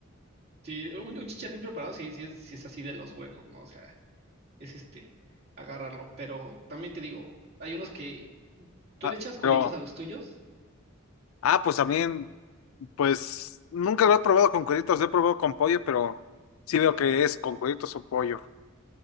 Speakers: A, on the right; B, on the left.
A: Sí, un, un chicharrín preparado sí, sí es, sí es así de los buenos, ¿no? O sea, es este, agarrarlo. Pero también te digo, hay unos que, ¿tú
B: Ah,
A: le echas cueritos
B: pero,
A: a los tuyos?
B: ah, pues también. Pues nunca lo he probado con cueritos, lo he probado con pollo, pero sí veo que es con cueritos o pollo.